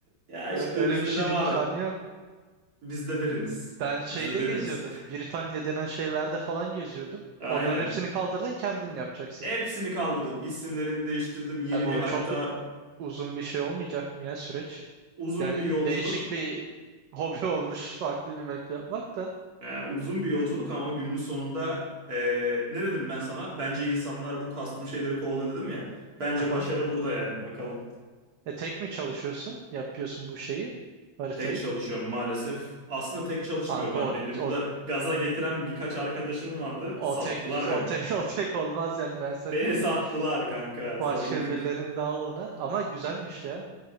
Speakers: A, on the right; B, on the right.
A: ya
B: Ö-
A: işte
B: Öyle
A: bizde
B: bir şeyin
A: de
B: imkanı
A: var.
B: yok.
A: Bizde deriniz.
B: Ben şeyde
A: Bizde deriniz.
B: geziyordum. Britanya denen şeylerde falan geziyordum.
A: <laughs> Aynen.
B: Onların hepsini kaldırdın kendin yapacaksın.
A: Hepsini kaldırdım. İsimlerini değiştirdim. Yeni
B: Ya bu
A: bir harita
B: çok uzun bir şey olmayacak mı ya süreç?
A: Uzun
B: Yani
A: bir yolculuk.
B: değişik bir <laughs> hobi olmuş farklı bir map yapmak da.
A: Yani uzun bir yolculuk ama günün sonunda eee, ne dedim ben sana? Bence insanlar bu kastım şeyleri kovalıyor dedim ya. Bence
B: Aha.
A: başarı burada yani. Bakalım.
B: E tek mi çalışıyorsun? Yapıyorsun bu şeyi, haritayı.
A: Tek çalışıyorum maalesef. Aslında tek çalışmıyorum
B: Kanka
A: ha.
B: o,
A: Beni burada
B: o,
A: gaza getiren birkaç arkadaşım vardı.
B: o
A: Sattılar
B: tek
A: beni.
B: o tek <laughs> o tek olmaz yani ben sana
A: Beni
B: diyeyim git
A: sattılar kanka.
B: başka
A: Satıldık.
B: birilerinin dağıl ona ama güzelmiş ya.